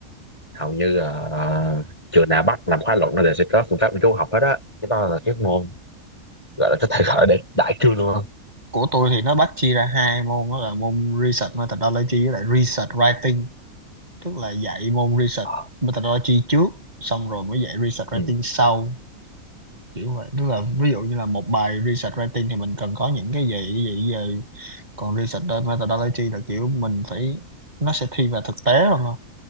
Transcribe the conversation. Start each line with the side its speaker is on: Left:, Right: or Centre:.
Left: Hầu như là ờ, trường nào bắt làm khóa luận nó đều sẽ có phương pháp nghiên cứu học hết á. Cái đó là cái môn gọi là có thể gọi để đại cương luôn không?
Right: của tôi thì nó bắt chia ra hai môn đó là môn research methodology với lại research writing tức là dạy môn research
Left: Ờ.
Right: methodology trước xong rồi mới dạy research writing
Left: Ừ.
Right: sau kiểu vậy tức là ví dụ như là một bài research writing thì mình cần có những cái gì cái gì cái gì còn research methodology là kiểu mình phải nó sẽ thiên về thực tế hơn Không,